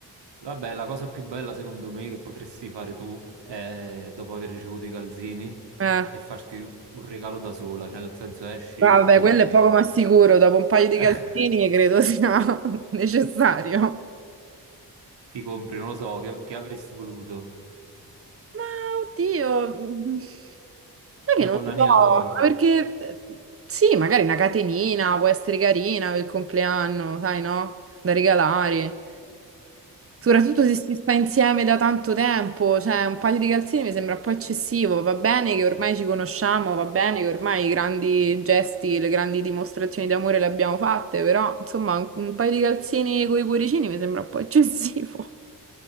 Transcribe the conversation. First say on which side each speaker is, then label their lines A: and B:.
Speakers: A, on the right; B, on the right.
A: Vabbè, la cosa più bella secondo me che potresti fare tu è dopo aver ricevuto i calzini
B: Eh.
A: è farti un regalo da sola, cioè nel senso esci
B: Ah, Vabbè,
A: e
B: quello è poco ma sicuro, dopo un paio di
A: <laughs>
B: calzini credo sia <laughs> necessario.
A: ti compri, non lo so, che, che avresti voluto?
B: Ma oddio, mm, sai che
A: Una
B: non
A: collanina
B: lo so,
A: d'oro.
B: ma perché eh, sì, magari una catenina può essere carina per il compleanno, sai no? Da regalare. Soprattutto se si sta insieme da tanto tempo, cioè un paio di calzini mi sembra un po' eccessivo, va bene che ormai ci conosciamo, va bene che ormai i grandi gesti, le grandi dimostrazioni d'amore le abbiamo fatte, però insomma un, un paio di calzini con i cuoricini mi sembra un po' eccessivo.